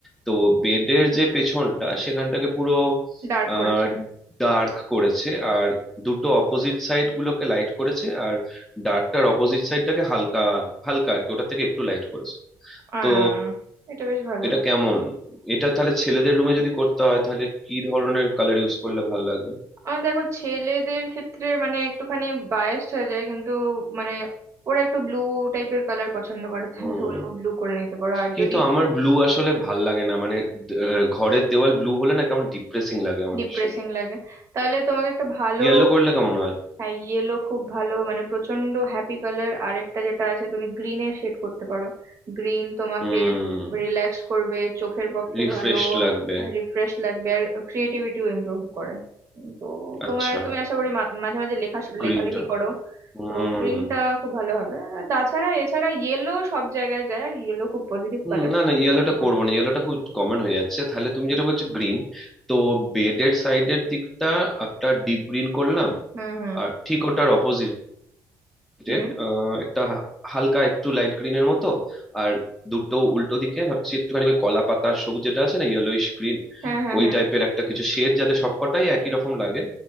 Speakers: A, in the centre; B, on the right.
A: তো বেডের যে পেছনটা সেখানটাকে পুরো
B: ডার্ক
A: আহ
B: করেছে
A: ডার্ক করেছে আর দুটো অপোজিট সাইড গুলোকে লাইট করেছে আর ডার্কটার অপোজিট সাইডটাকে হালকা হালকা আর কি ওটা থেকে একটু লাইট করেছে
B: আহ
A: তো
B: এটা বেশ ভালো
A: এটা কেমন এটা তাহলে ছেলেদের রুমে যদি করতে হয় তাহলে কি ধরনের কালার ইউজ করলে ভালো লাগবে
B: আর দেখো ছেলেদের ক্ষেত্রে মানে একটুখানি বায়াসড হয়ে যায় কিন্তু মানে ওরা একটু ব্লু টাইপের কালার পছন্দ করে তাহলে
A: হুম
B: বলবো ব্লু করে নিতে পারো আর
A: কিন্তু
B: যদি
A: আমার ব্লু আসলে ভাল লাগে না মানে দ- আহ, ঘরের দেওয়াল ব্লু হলে না কেমন ডিপ্রেসিং লাগে আমার
B: ডিপ্রেসিং
A: ভীষণ
B: লাগে তাহলে তোমাকে একটা ভালো
A: ইয়েলো করলে কেমন হয়
B: হ্যাঁ ইয়েলো খুব ভালো মানে প্রচন্ড হ্যাপি কালার আরেকটা যেটা আছে তুমি গ্রিনের শেড করতে পারো গ্রিন তোমাকে
A: হুম
B: রিল্যাক্স করবে চোখের পক্ষে
A: রিফ্রেশ
B: ভালো
A: লাগবে
B: রিফ্রেশ লাগবে আর ক্রিয়েটিভিটিও ইমপ্রুভ করে উম, তো তোমার
A: আচ্ছা
B: তুমি আশা করি মা- মাঝে মাঝে লেখা শু-
A: গ্রিনটা
B: লেখালেখি করো
A: হুম
B: তো গ্রিনটা খুব ভালো হবে আর তাছাড়া এছাড়া ইয়েলো সব জায়গায় যায় আর ইয়েলো খুব পজিটিভ
A: হুম,
B: কালার
A: না না ইয়েলোটা
B: করতে পারো
A: করবো না ইয়েলোটা খুব কমন হয়ে যাচ্ছে তাহলে তুমি যেটা বলছো গ্রিন তো বেডের সাইডের দিকটা একটা ডিপ গ্রিন করলাম
B: হুম হুম
A: আর ঠিক ওটার অপোজিট
B: হুম
A: যে আহ, একটা হা- হালকা একটু লাইট গ্রিনের মতো আর দুটো উল্টো দিকে ভাবছি একটুখানি ওই কলা পাতার সবুজ যেটা আছে না ইয়েলোইশ গ্রিন
B: হ্যাঁ হ্যাঁ
A: ওই
B: হ্যাঁ
A: টাইপের একটা কিছু শেড যাতে সবকটাই একই রকম লাগে